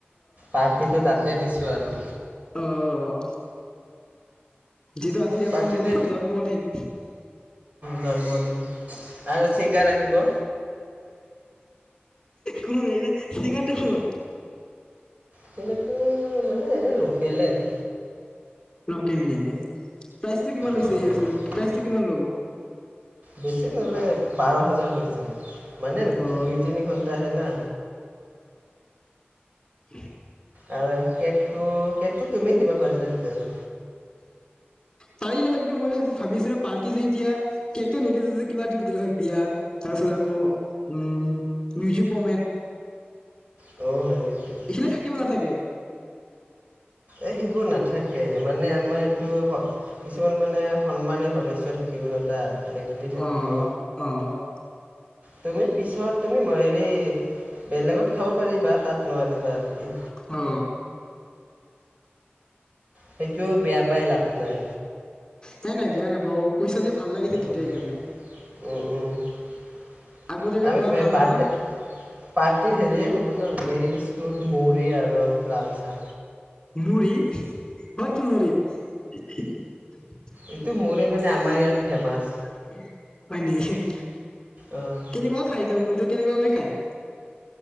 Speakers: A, on the right; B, on the left.
A: পাৰ্টিটো তাত স দিছোঁ আৰু
B: আহ যিটো আজি আমাৰ
A: পাৰ্টিটো
B: মনৰ জন্মদিন
A: জন্মদিন আৰু চিংগাৰ আহিব
B: কোন এই চিঙাৰটো কোন
A: সন্তো মানে এনেই নকৰিলে হয়
B: কৰ্তেল নেকি প্ৰাইচটো কিমান হৈছে
A: লোকেল
B: সেই পিছত
A: চিমেণ্ট
B: প্ৰাইচটো কিমান লব
A: বেছি নলয় বাৰ হাজাৰ পইচা মানে
B: অ
A: দুই তিনি ঘণ্টা হে না
B: উ
A: আৰু কেকটো কেকটো তুমি দিব পাৰিলাহেঁতেন
B: পাৰিলো হয় কিন্তু মই ভাবিছিলো পাৰ্টি যে এতিয়া কেক নিদো যে কিবা দ বিয়াৰ তাৰ পিছত আকৌ উ মিউজিক পমে
A: অ হয় নেকি
B: ইখিলে থাকিব নাথাকে
A: এই সেইবোৰ নাথাকে মানে আমাৰ এই কিছুমান মানে সন্মানে সদস্য থাকিব ন তাত ব্যক্তি থাকিব
B: আহ আহ
A: তুমি পিছত তুমিই হেৰি বেলেগত খাব পাৰিবা তাত নোৱাৰিবা আৰু কি
B: অ
A: সেইটো বেয়া পাই লাভ নাই
B: নাই নাই বেয়া নাপা অ কৈছা যে ভাল লাগিছে
A: আমি
B: তেতিয়া সেইকাৰণে আগতীয়াকে কোৱা ভাল
A: বাৰ্থডে
B: ন
A: পাৰ্টি হেৰিয়ে হ'ব ন? মেৰিজটো <unintelligible> আৰু লালচা
B: মুৰি <unintelligible>
A: এইটো মুড়ি মানে আমাৰ ইয়াত ফেমাছ অঁ
B: কেনেকুৱা খাই দে মুৰিটো? কেনেকুৱা খাই